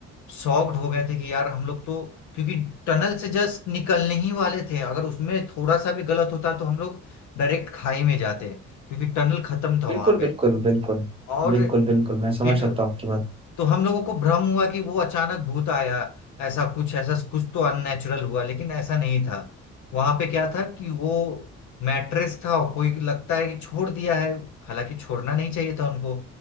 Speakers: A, on the left; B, on the right.
A: शॉक्ड हो गए थे कि यार हम लोग तो क्योंकि टनल से जस्ट निकलने ही वाले थे अगर उसमें थोड़ा सा भी गलत होता तो हम लोग डायरेक्ट खाई में जाते क्योंकि टनल खत्म था
B: बिल्कुल
A: वहां पे
B: बिल्कुल बिल्कुल
A: और
B: बिल्कुल बिल्कुल मैं समझ
A: फिर
B: सकता हूँ आपकी बात
A: तो हम लोगों को भ्रम हुआ कि वो अचानक भूत आया ऐसा कुछ ऐसा कुछ तो अननेचुरल हुआ लेकिन ऐसा नहीं था वहां पे क्या था कि वो मैट्रेस था और कोई लगता है कि छोड़ दिया है हालांकि छोड़ना नहीं चाहिए था उनको